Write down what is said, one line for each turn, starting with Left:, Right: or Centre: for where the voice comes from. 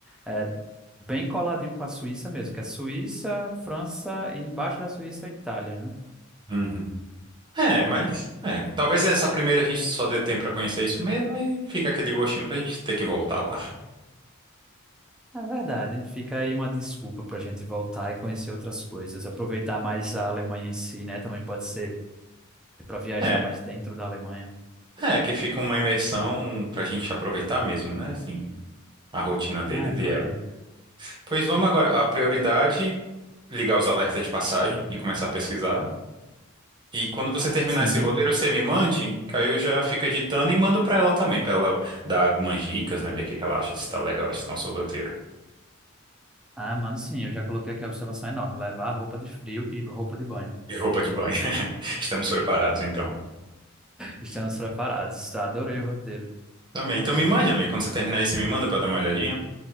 Centre: É bem coladinho com a Suíça mesmo, que é Suíça, França e embaixo da Suíça, a Itália, né?
Right: Uhum. É, mas é, talvez nessa primeira a gente só dê tempo pra conhecer isso mesmo e fica aquele gostinho pra gente ter que voltar lá.
Centre: É verdade, fica aí uma desculpa para a gente voltar e conhecer outras coisas. Aproveitar mais a Alemanha em si, né? Também pode ser para viajar
Right: É,
Centre: mais dentro da Alemanha.
Right: é que fica uma imersão pra gente aproveitar mesmo, né? Assim, a rotina deles
Centre: Ah, adorei.
Right: e a... Pois vamos agora, a prioridade, ligar os alertas de passagem e começar a pesquisar. E quando você terminar
Centre: Sim.
Right: esse roteiro, você me mande, que aí eu já fico editando e mando pra ela também, pra ela dar algumas dicas, né? Ver o que que ela acha, se tá legal esse nosso roteiro.
Centre: Ah, mano, sim, eu já coloquei aqui a observação enorme. Levar roupa de frio e roupa de banho.
Right: E roupa de banho. <laughs> Estamos preparados, então.
Centre: Estamos preparados. Tá, adorei o roteiro.
Right: Também. Então me mande, amigo. Quando você terminar aí, você me manda pra dar uma olhadinha.